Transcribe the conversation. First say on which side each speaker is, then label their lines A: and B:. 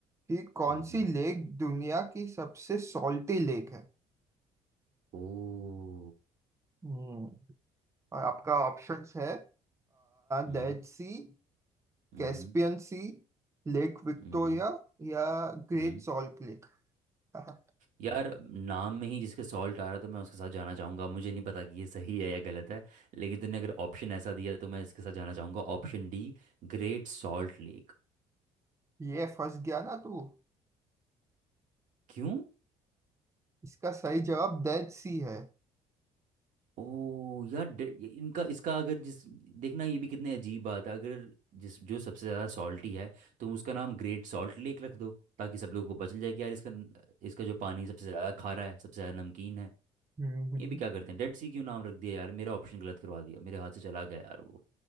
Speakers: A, on the right; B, on the right.
A: कि कौन
B: हम्म
A: सी लेक दुनिया की सबसे सॉल्टी लेक है
B: ओ
A: हम्म और आपका ऑप्शंस है
B: हम्म
A: Dead Sea
B: हम्म
A: Caspian Sea Lake Victoria
B: हम्म
A: या ग्रेट
B: हम्म।
A: सॉल्ट लेक <laughs>
B: यार नाम में ही जिसके सॉल्ट आ रहा तो मैं उसके साथ जाना चाहूंगा मुझे नहीं पता कि ये सही है या गलत है लेकिन तूने अगर ऑप्शन ऐसा दिया तो मैं इसके साथ जाना चाहूंगा option D great salt lake
A: ये फंस गया ना तू
B: क्यों
A: इसका सही जवाब डेड सी है
B: ओ यार डे- ये- इनका इसका अगर जिस देखना ये भी कितने अजीब बात है अगर जिस जो सबसे ज़्यादा सॉल्टी है तुम उसका नाम ग्रेट सॉल्ट लेक रख दो ताकि सब लोगों को पता चल जाए कि यार इसका न- इसका जो पानी सबसे ज़्यादा खारा है सबसे ज़्यादा नमकीन है
A: हम्म हम्म।
B: ये भी क्या करते हैं डेड सी क्यों नाम रख दिया यार मेरा ऑप्शन गलत करवा दिया मेरे हाथ से चला गया यार वो